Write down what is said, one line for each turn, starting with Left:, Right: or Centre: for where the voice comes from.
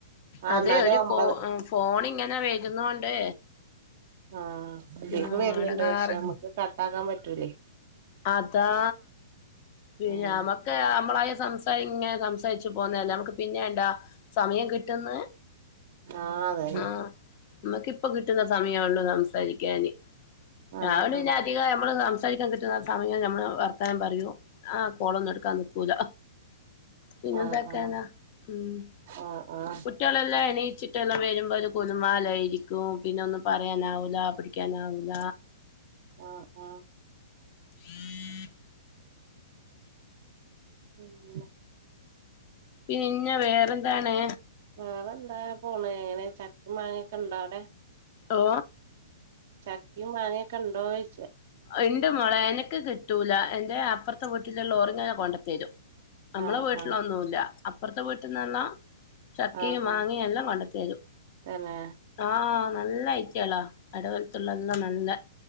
Left: അതെയ്
Right: എന്നാലും
Left: ഒരു
Right: ഒമ്പത്
Left: കോ ഫോണ് ഇങ്ങനെ വരുന്നോണ്ട്
Right: ആ ഇതിക്ക്
Left: ആഹ്
Right: വരുന്നുണ്ട്
Left: എടങ്ങേറ്
Right: പക്ഷെ നമ്മുക്ക് കട്ടാക്കാൻ പറ്റൂലേയ്‌
Left: അതാ പിന്നെ
Right: ഉം
Left: നമുക്ക് നമ്മളായ സംസാരി ഇങ്ങനെ സംസാരിച്ചു പോവുന്നല്ലേ നമുക്ക് പിന്നെണ്ടൊ സമയം കിട്ടി കിട്ടുന്ന്.
Right: ആഹ് അതന്നെ
Left: ആ നമ്മക്ക്‌ ഇപ്പൊ കിട്ട കിട്ടുന്ന സമായൊള്ളൂ സംസാരിക്കാന്
Right: ആഹ്
Left: രാവിലെ
Right: ആഹ്
Left: പിന്നെ അധികം നമ്മള് സംസാരിക്കാൻ കിട്ടുന്ന സമയം നമ്മള് വർത്തനം പറ ആ കോളൊന്നും എടുക്കാൻ നിക്കൂല പിന്നെന്തൊക്കെയന്നാ
Right: ആഹ് ആഹ്
Left: ഉം
Right: ആഹ് ആഹ്
Left: കുട്ടികളെല്ലാം എണീ ച്ചിട്ടെല്ലാം വരുമ്പോ ഒരു ഗുലുമാലായിരിക്കും. പിന്നെ ഒന്നും പറയാനാവൂല പിടിക്കാനാവൂല
Right: ആ ആ
Left: <inaudible>
Right: പിന്നെ
Left: പിന്നെ വെറെന്താണ്
Right: വേറെന്താ പോണ് എങ്ങനെ ചക്കിം മാങ്ങക്കെ ഇണ്ടോ അവിടെ
Left: ഓ
Right: ചക്കിം മാങ്ങിഒക്കണ്ടോയിച്ച
Left: ഉണ്ട് മോളെ എനക്ക് കിട്ടൂല എന്റെ അപ്പുറത്തെ വീട്ടിലുള്ള ഓറിങ്ങനെ കോണ്ടത്തരും നമ്മളെ
Right: ആഹ്
Left: വീട്ടില
Right: ആഹ്
Left: അതോന്നുല്ല അപ്പുറത്തെ വീട്ടിൽന്നല്ലാം ചക്കയും
Right: ആഹ്
Left: മാങ്ങയും
Right: ആഹ്
Left: എല്ലാം കോണ്ടെത്തരും
Right: തന്നെ
Left: ആ നല്ല ഐക്കിയള്ള ആളാ എടവൽത്തുള്ള എല്ലാം നല്ല